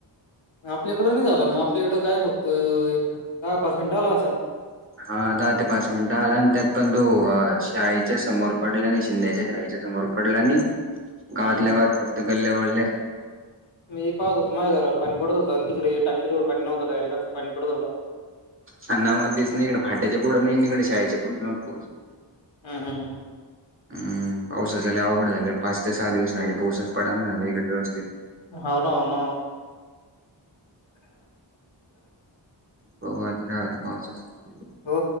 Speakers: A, on the left; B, on the right.
A: आपल्याकडं नाही झाला मग, आपल्याकडें काय फक्त, एक दहा पाच मिनिट आला असंल
B: हा, दहा ते पाच मिनिट आला आणि त्यात पण तो शाळेच्या समोर पडला नाय शिंद्याच्या शाळेच्या समोर पडला नाही, गावातल्या
A: हम्म.
B: गावात फक्त गल्ल्या ओल्या
A: मी पाहत होत माझ घरावर पाणी पडत होत आणि तिकडे टाकीजवळ पाणी नव्हं डा यरेक्ट पाणी पडत होत
B: हा नाव तेच नाही इकडे फाट्याच्या पुढं नाही अन इकडे शाळेचे पुढं नवतोच
A: हम्म हम्म
B: हम्म पावसाच लय अवघड झालंय पाच ते सहा दिवस झाले पाऊसच पड ना लय व्यवस्थित
A: होन न
B: हो <unintelligible>
A: हो.